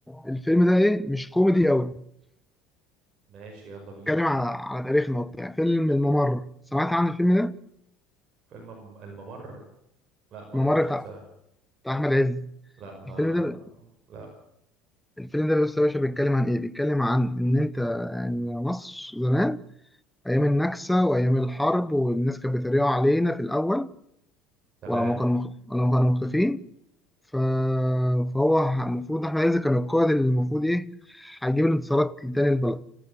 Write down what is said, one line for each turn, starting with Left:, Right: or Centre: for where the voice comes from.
Centre: الفيلم ده ايه مش كوميدي قوي
Right: ماشي يلا بينا
Centre: بيتكلم على على تاريخنا وبتاع فيلم الممر سمعت عن الفيلم ده
Right: فيلم الم- الممر لا ما
Centre: الممر
Right: اعرفش
Centre: بتاع
Right: بصراحة
Centre: بتاع احمد عز
Right: لا ما
Centre: الفيلم ده
Right: لا
Centre: الفيلم ده بص يا باشا بيتكلم عن ايه بيتكلم عن ان انت يعني مصر زمان ايام النكسه وايام الحرب والناس كانت بتريقوا علينا في الاول
Right: تمام
Centre: ولما كانوا ولما كانوا مختفين ف... فهو ح- المفروض احمد عز كان القائد اللي المفروض ايه هيجيب الانتصارات لتاني البلد